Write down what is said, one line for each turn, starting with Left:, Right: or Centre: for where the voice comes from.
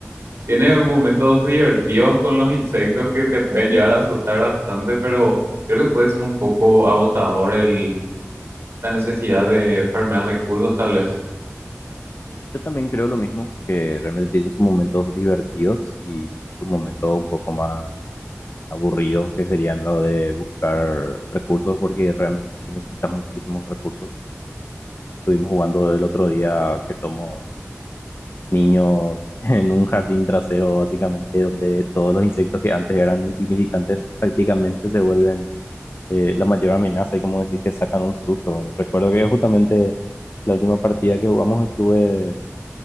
Right: tiene momentos divertidos con los insectos que te pueden llegar a asustar bastante, pero creo que puede ser un poco agotador el, la necesidad de farmear recursos, tal vez.
Left: Yo también creo lo mismo, que realmente tiene sus momentos divertidos y sus momentos un poco más aburridos, que serían lo de buscar recursos, porque realmente sí necesitas muchísimos recursos. Estuvimos jugando el otro día que somos niños <laughs> en un jardín trasero, básicamente, donde todos los insectos que antes eran insignificantes prácticamente se vuelven eh, la mayor amenaza y como decís, te sacan un susto. Bueno, recuerdo que justamente la última partida que jugamos estuve eh,